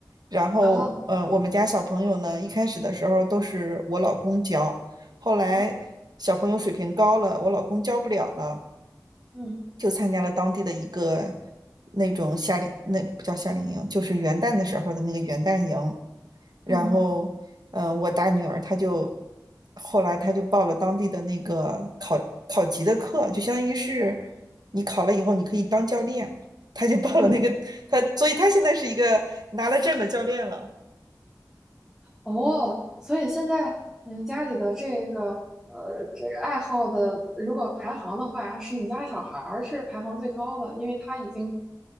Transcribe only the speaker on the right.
然后呃，
我们家小朋友呢，一开始的时候都是我老公教，后来小朋友水平高了，
我老公教不了了，
就参加了当地的一个那种夏令，那不叫夏令营，就是元旦的时候的那个元旦营。然后，
呃，我大女儿她就后来她就报了当地的那个考考级的课，就相当于是你考了以后你可以当教练，她就报了那个，
她所以她现在是一个拿了证的教练了。